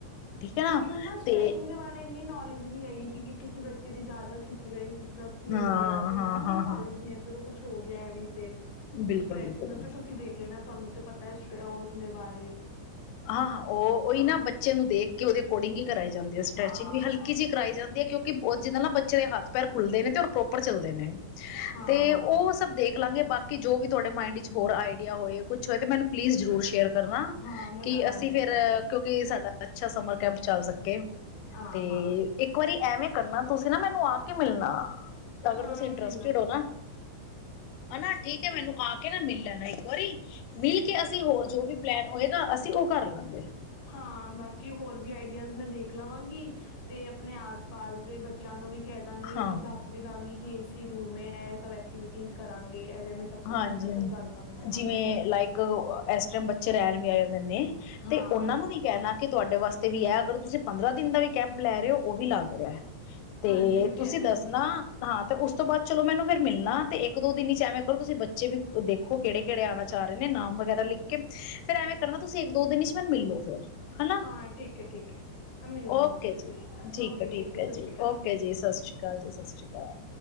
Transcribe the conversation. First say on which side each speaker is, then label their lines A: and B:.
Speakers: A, on the left; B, on the left.
A: ਠੀਕ ਹੈ
B: ਕਿਉਂਕਿ ਮੈਂ ਨਾ ਸਟਰੈਚਿੰਗ
A: ਤੇ
B: ਦੇ ਬਾਰੇ ਇੰਨੀ ਨੋਲ ਇੰਜ ਨਹੀਂ ਹੈਗੀ ਕਿ ਕਿਸੇ ਬੱਚੇ ਦੀ ਜ਼ਿਆਦਾ। ਖਿੱਚ ਗਈ ਕਿਸ ਦਾ ਕੀ
A: ਹਾਂ
B: ਹੋ ਗਿਆ ਤੇ
A: ਹਾਂ
B: ਨਾ ਮੈਨੂੰ
A: ਹਾਂ
B: ਨੌਲੇਜ
A: ਹਾਂ
B: ਨਹੀਂ ਫੇਰ ਉਹ ਕੁੱਛ ਹੋ ਗਿਆ ਐਵੇਂ ਤੇ
A: ਬਿਲਕੁਲ
B: ਸਟ੍ਰੈਚਿੰਗ
A: ਬਿਲਕੁਲ
B: ਨਾਲ ਫਿਰ ਤੁਸੀਂ ਦੇਖ ਲੈਣਾ। ਤੁਹਾਨੂੰ ਤੇ ਪਤਾ ਹੈ ਉਹ ਦੇ ਬਾਰੇ।
A: ਹਾਂ-ਹਾਂ ਉਹ ਉਹੀ
B: ਹਾਂ
A: ਨਾ ਬੱਚੇ ਨੂੰ ਦੇਖ ਕੇ ਉਹਦੇ ਅਕੋਰਡਿੰਗ ਹੀ ਕਰਾਈ ਜਾਂਦੀ ਹੈ ਸਟਰੈਚਿੰਗ
B: ਹਾਂ
A: ਵੀ ਹਲਕੀ ਜਿਹੀ ਕਰਾਈ ਜਾਂਦੀ ਹੈ। ਕਿਉਂਕਿ ਜਿੱਦ ਨਾਲ ਨਾ ਬੱਚੇ ਦੇ ਹੱਥ ਪੈਰ ਖੁੱਲਦੇ ਨੇ ਤੇ ਰ ਪ੍ਰੋਪਰ ਚੱਲ ਦੇ ਨੇ
B: ਹਾਂ
A: ਤੇ ਉਹ
B: ਹਾਂ
A: ਸਭ ਦੇਖ ਲਾਂਗੇ ਬਾਕੀ ਜੋ ਵੀ ਤੁਹਾਡੇ ਮਾਇੰਡ ਵਿੱਚ ਹੋਰ ਆਈਡੀਆ ਹੋਏ ਕੁਛ ਹੋਏ ਤੇ ਮੈਨੂੰ ਪਲੀਜ਼ ਜ਼ਰੂਰ ਸ਼ੇਅਰ ਕਰਨਾ।
B: ਹਾਂ ਮੈਂ
A: ਕਿ
B: ਕਰਾਂਗੀ
A: ਅਸੀਂ ਫੇਰ ਕਿਉਂਕਿ ਸਾਡਾ ਅੱਛਾ ਸਮਰ ਕੈਂਪ ਚੱਲ ਸਕੇ।
B: ਹਾਂ
A: ਤੇ
B: ਹਾਂ
A: ਇੱਕ ਵਾਰੀ ਐਵੇ ਕਰਨਾ ਤੁਸੀਂ ਨਾ ਮੈਨੂੰ ਆ ਕੇ ਮਿਲਣਾ। ਅਗਰ
B: ਹਾਂ
A: ਤੁਸੀਂ
B: ਮੈਂ
A: ਇੰਟਰਸਟਿਡ
B: ਮਿਲਾਂਗੀ
A: ਹੋ ਨਾ ਹਨਾ ਠੀਕ ਹੈ ਮੈਨੂੰ ਆ ਕੇ ਕੇ ਨਾ ਮਿਲ ਲੈਣਾ ਇੱਕ ਵਾਰੀ। ਮਿਲ ਕੇ ਅਸੀਂ ਹੋਰ ਜੋ ਵੀ ਪਲੈਨ ਹੋਏ ਅਸੀਂ ਉਹ ਕਰ ਲਾਂਗੇ।
B: ਹਾਂ, ਬਾਕੀ ਹੋਰ ਵੀ ਆਈਡੀਆਜ਼ ਮੈਂ ਦੇਖ ਲਵਾਂਗੀ ਤੇ ਆਪਣੇ ਆਸ ਪਾਸ ਦੇ ਬੱਚਿਆਂ ਨੂੰ ਵੀ ਕਹਿ ਦਾਂਗੀ
A: ਹਾਂ
B: ਸਭ ਦੱਸ ਵੀ ਦਾਂਗੀ। ਏਸੀ ਰੂਮ ਏ। ਇਹ ਸਭ ਐਕਟੀਵਿਟੀਜ਼ ਕਰਾਂਗੇ। ਐਵੇਂ ਐਵੇਂ ਸਭ ਕੁਛ
A: ਹਾਂਜੀ-ਹਾਂਜੀ।
B: ਹੁੰਦਾ ਸਭ ਦੱਸ ਦਾਂਗੀ ਉਹਨਾਂ
A: ਜਿਵੇਂ
B: ਨੂੰ
A: ਲਾਈਕ ਇਸ ਟਾਈਮ ਬੱਚੇ ਰਹਿਣ ਵੀ ਆਏ ਹੁੰਦੇ ਨੇ।
B: ਹਾਂ
A: ਤੇ ਉਹਨਾਂ ਨੂੰ ਵੀ ਕਹਿਣਾ ਕਿ ਤੁਹਾਡੇ ਵਾਸਤੇ ਵੀ ਹੈ। ਅਗਰ ਤੁਸੀਂ ਪੰਦਰਾਂ ਦਿਨ ਦਾ ਵੀ ਕੈਂਪ ਲੈ ਰਹੇ ਹੋ ਉਹ ਵੀ ਲੱਗ ਰਿਹਾ। ਤੇ
B: ਹਾਂਜੀ ਮੈਂ
A: ਤੁਸੀਂ
B: ਕਹਿ ਦਾਂਗੀ
A: ਦੱਸਣਾ ਹਾਂ ਤਾਂ ਉਸ ਤੋਂ ਬਾਅਦ ਚਲੋ ਮੈਨੂੰ ਫੇਰ ਮਿਲਣਾ ਤੇ ਇੱਕ ਦੋ ਦਿਨ ਇਚ ਐਵੇ ਬੱਚੇ ਵੀ ਦੇਖੋ ਕਿਹੜੇ-ਕਿਹੜੇ ਆਣਾ ਚਾਹ ਰਹੇ ਨਾਮ ਵਗੈਰਾ ਲਿਖ ਕੇ ਫੇਰ ਐਵੇਂ ਕਰਨਾ ਤੁਸੀਂ ਇੱਕ ਦੋ ਦਿਨ ਮੈਨ ਮਿਲੋ ਫਿਰ ਹਨਾ।
B: ਹਾਂ ਠੀਕ ਹੈ ਠੀਕ ਹੈ ਮੈਂ ਮਿਲਾਂਗੀ
A: ਓਕੇ ਜੀ। ਠੀਕ
B: ਓਕੇ
A: ਹੈ। ਠੀਕ ਹੈ
B: ਸਤਿ ਸ਼੍ਰੀ
A: ਜੀ।
B: ਅਕਾਲ
A: ਓਕੇ ਜੀ। ਸਤਿ ਸ਼੍ਰੀ ਅਕਾਲ ਜੀ, ਸਤਿ ਸ਼੍ਰੀ ਅਕਾਲ।